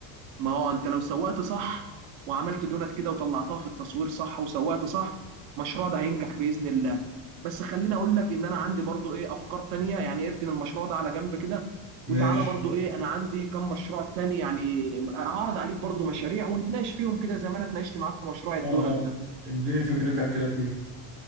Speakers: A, on the right; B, on the right.
A: ما هو انت لو سوقت صح وعملت دونت كده وطلعتها في التصوير صح وسوقت صح المشروع ده هينجح باذن الله بس خليني اقول لك ان انا عندي برضو ايه افكار تانية يعني اركن المشروع ده على جنب كده وتعالى
B: ماشي
A: برضو ايه انا عندي كم مشروع تاني يعني هعرض عليك برضو مشاريع ونتناقش فيهم كده زي ما انا اتناقشت معاك في مشروع الدونت
B: اه اه
A: ده
B: اديني فكرتك كده فيه